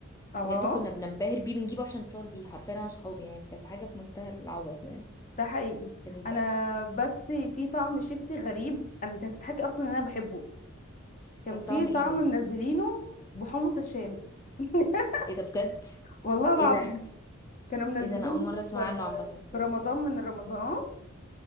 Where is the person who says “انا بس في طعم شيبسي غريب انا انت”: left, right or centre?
Left